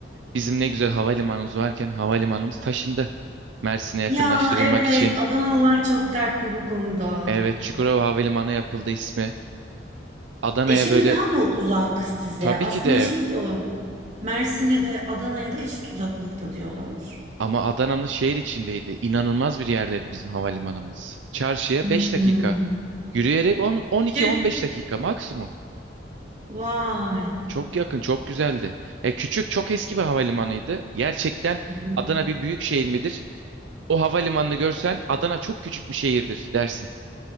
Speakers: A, on the right (about 75°); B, on the right (about 40°).
A: Bizim ne güzel havalimanımız varken havalimanımız taşındı. Mersin'e yakınlaştırılmak
B: Ya evet
A: için.
B: Adanalılar çok dertli bu konuda.
A: Evet, Çukurova Havalimanı yapıldı ismi. Adana'ya
B: E şimdi
A: böyle
B: daha mı uzak size?
A: tabii
B: Aslında
A: ki de
B: şey diyorlar. Mersin'e de Adana'ya da eşit uzaklıkta diyorlar.
A: ama Adana'nın şehir içindeydi. İnanılmaz bir yerdeydi bizim havalimanımız. Çarşıya
B: Hmm.
A: 5 dakika. Yürüyerek on on iki
B: Tüh.
A: on beş dakika maksimum.
B: Vay.
A: Çok yakın, çok güzeldi. Ya küçük, çok eski bir havalimanıydı. Gerçekten
B: Hı hı.
A: Adana bir büyük şehir midir? O havalimanını görsen Adana çok küçük bir şehirdir dersin.